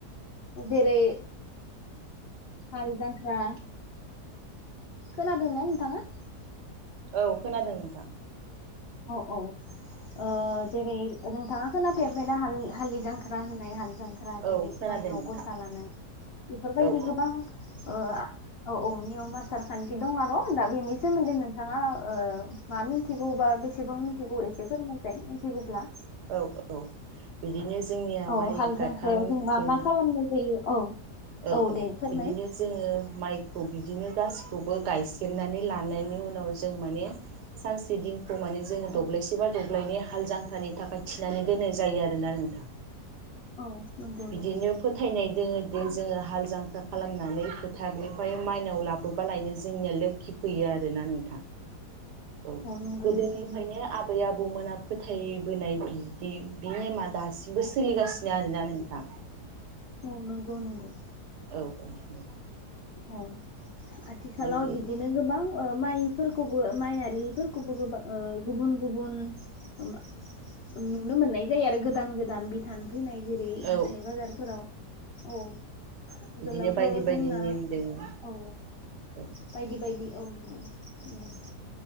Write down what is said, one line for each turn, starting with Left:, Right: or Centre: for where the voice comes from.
Left: जेरै हालजांख्रा। खोनादोंना नोंथाङा?
Right: औ खोनादों नोंथां।
Left: औ औ ओ जेरै नोंथां खोना फेरबायना हाल हालिजों ख्रा होननाय हाल जांख्रा जेरै
Right: औ खोनादों
Left: मायनाव
Right: नोंथां
Left: गसा लानाय बेफोरबायदि
Right: औ
Left: गोबां ओ ओ औ औ नियम आसार खान्थि दं' आरो दा बेनि सोमोन्दै नोंथाङा मा मिथिगौबा बेसे सेबां मिथिगौ एसे फोरमायजाय मिथिगौब्ला
Right: औ औ बिदिनो जोंनिया
Left: औ
Right: माइ
Left: हाल जांख्रायाव
Right: गायखां
Left: मा
Right: जों
Left: मा खालामनाय जायो औ
Right: औ औ
Left: दे फोरमाय
Right: बिदिनो जोंङो माइ खौ बिदिनो गासिखौबो गायसेबनानै लानायनि उनाव जों माने सानसे दिन गौ माने जोंङो दब्लायसे
Left: औ
Right: बा दब्लायनै हाल जांख्रानि थाखाय थिनानै दोननाय जायो आरोना नोंथां।
Left: औ नंगौ
Right: बिदिनो
Left: नंगौ
Right: फोथायनाय दोंङो जोंङो हाल जांख्रा खालामनानै फोथारनिफ्राय माइनाव लाबो बोबा लायनो जोंनिया लोखि फैयो आरोना नोंथां। औ
Left: नंगौ
Right: गोदोनिफ्रायनो
Left: नोंथां नंगौ
Right: आबै आबौमोना फोथाय बोनाय बिदि बि नेमा दासि बो सोलिगासिनो आरोना नोंथां।
Left: औ नंगौ नंगौ।
Right: औ औ उम।
Left: अ आथिखालाव
Right: बे
Left: बिदिनो गोबां ओ माइफोरखौबो माइ आरिफोरखौबो गोबां ओ गुबुन गुबुन <unintelligible> नुनो मोननाय जायो आरो गोदान गोदान बिधान फैनाय जेरै
Right: औ
Left: हाथाय बाजारफोराव औ आगोलावथ'
Right: बिदिनो बायदि बायदि
Left: जोंना
Right: नेम
Left: औ
Right: दोङो औ
Left: बायदि बायदि औ नंगौ नंगौ